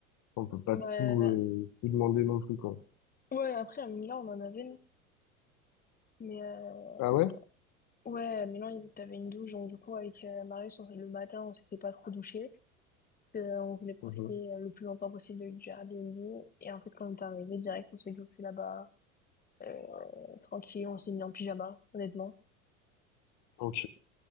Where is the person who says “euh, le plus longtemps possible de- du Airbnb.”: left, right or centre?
Left